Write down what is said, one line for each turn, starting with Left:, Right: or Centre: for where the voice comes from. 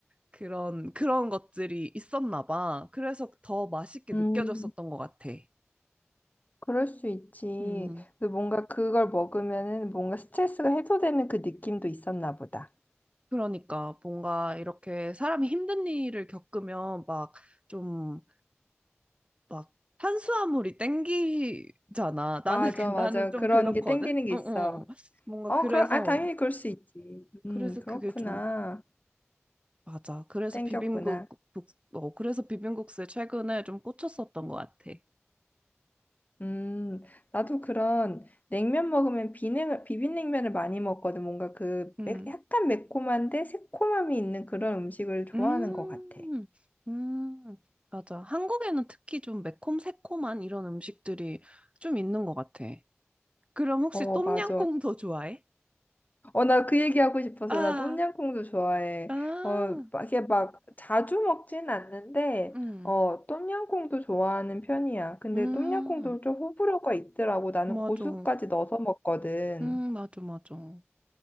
Right: 그런, 그런 것들이 있었나 봐. 그래서 더 맛있게
Left: 음,
Right: 느껴졌었던 것 같아.
Left: 그럴 수 있지.
Right: 음,
Left: 그 뭔가 그걸 먹으면은 뭔가 스트레스가 해소되는 그 느낌도 있었나 보다.
Right: 그러니까 뭔가 이렇게 사람이 힘든 일을 겪으면 막좀 막 탄수화물이 땡기잖아. 나는
Left: 맞아,
Right: 그- 나는
Left: 맞아.
Right: 좀
Left: 그런
Right: 그렇거든.
Left: 게 땡기는 게
Right: 어,
Left: 있어.
Right: 어. 어. 뭔가
Left: 어,
Right: 그래서
Left: 그럼, 아, 당연히 그럴 수 있지. 음,
Right: 그래서
Left: 그렇구나.
Right: 그게 좀 맞아. 그래서
Left: 땡겼구나.
Right: 비빔국 국- 어, 그래서 비빔국수에 최근에 좀 꽂혔었던 것 같아.
Left: 음, 나도 그런 냉면 먹으면 비냉, 비빔냉면을 많이 먹거든. 뭔가 그
Right: 음.
Left: 매, 약간 매콤한데 새콤함이 있는 그런 음식을 좋아하는
Right: 음.
Left: 것 같아.
Right: 음. 맞아. 한국에는 특히 좀 매콤 새콤한 이런 음식들이 좀 있는 것 같아. 그럼 혹시
Left: 어,
Right: 똠양꿍도
Left: 맞아.
Right: 좋아해?
Left: 어, 나 그 얘기하고 싶어서
Right: 아,
Left: 나 똠양꿍도 좋아해.
Right: 아,
Left: 어, 막 이게 막 자주 먹진 않는데,
Right: 음,
Left: 어, 똠양꿍도 좋아하는 편이야. 근데
Right: 음,
Left: 똠양꿍도 좀 호불호가 있더라고. 나는
Right: 맞아.
Left: 고수까지 넣어서 먹거든.
Right: 음, 맞아, 맞아.